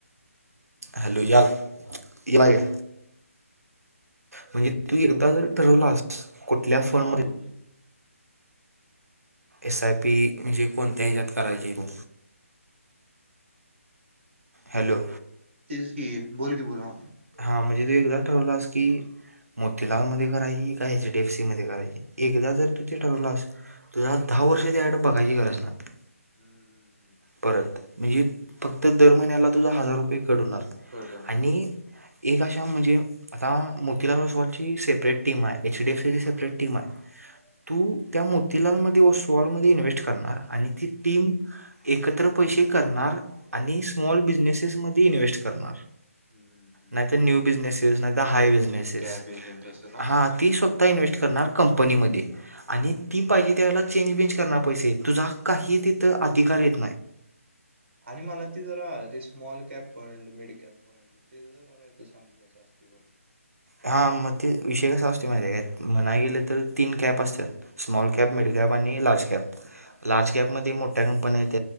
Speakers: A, on the right (about 85°); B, on the right (about 45°).
A: हॅलो
B: हा
A: यालोई की म्हणजे तू एकदा
B: हम्म
A: जर
B: हम्म
A: ठरवलास कुठल्या फंड
B: हा
A: मध्ये
B: बोल बोल
A: एस आय पी म्हणजे कोणत्या हच्यात करायची रू हॅलो
B: तेच की बोल की बोरो
A: हा म्हणजे तू एकदा ठरवलास की, मोतीलाल मध्ये करायची का एच डी एफ सी मध्ये करायची एकदा जर तु ते ठरवलास तुझ दहा वर्ष त्याड बघायची गरज नाही.
B: हम्म हम्म हम्म
A: परत म्हणजे फक्त दर महिन्याला तुझा हजार रुपये कट हुणार
B: कट होणार
A: आणि एक अशा म्हणजे आता मोतीलाल ओस्वालची सेपरेट टीम आहे, एचडीएफसीची सेपरेट टीम आहे. तू त्या मोतीलालमध्ये व सुवालमध्ये इन्व्हेस्ट करणार आणि ती टीम एकत्र पैसे करणार आणि स्मॉल बिझनेसेसमध्ये इन्व्हेस्ट करणार
B: हम्म हम्म
A: नाहीत न्यू बिजनेसेस नाही तर हाय
B: स्मॉल
A: बिजनेसेस
B: कॅप हे तेन तसं ना
A: हा ती स्व आता इन्व्हेस्ट करणार कंपनीमध्ये आणि ती पाहिजे त्यावेळेला चेंज बेंज करणार पैसे तुझा काही तिथं
B: हा
A: अधिकार आहेत
B: आणि मला ते जरा ते small cap fund mid cap fund ते जरा काय तर सांग असत <inaudible>
A: हा मग ते विषय कसा असतोय माहिती आहे काय म्हणाय गेले तर तीन कॅब असतात स्मॉल
B: हं,
A: कॅप मिड कॅप आणि लार्ज कॅप
B: लास्ट
A: लार्ज कॅपमध्ये मोठ्या क पण येत